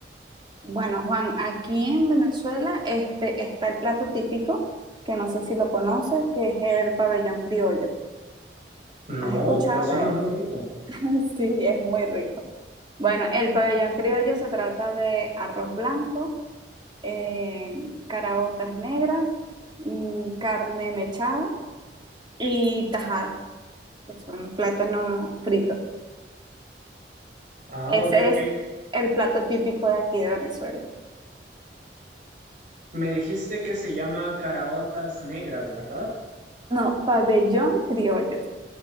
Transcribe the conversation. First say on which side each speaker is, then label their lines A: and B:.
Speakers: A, on the right; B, on the right.
A: Bueno, Juan, aquí en Venezuela este, está el plato típico, que no sé si lo conoces, que es el pabellón criollo.
B: No,
A: ¿Has escuchado
B: pero suena
A: de
B: muy
A: él?
B: rico.
A: <laughs> Sí, es muy rico. Bueno, el pabellón criollo se trata de arroz blanco, eh, caraotas negras, mm, carne mechada y tajadas, que son plátano frito.
B: Ah,
A: Ese
B: ok, ok.
A: es el plato típico de aquí de Venezuela.
B: Me dijiste que se llama caraotas negras, ¿verdad?
A: No, pabellón criollo.